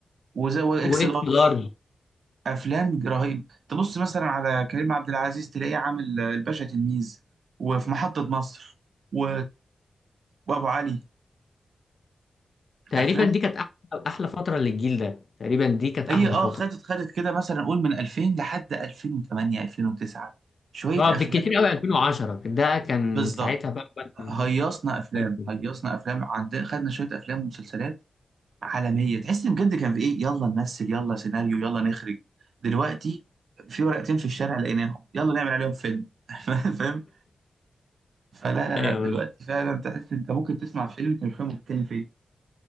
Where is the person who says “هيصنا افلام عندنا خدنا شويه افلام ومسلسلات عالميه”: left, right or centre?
Right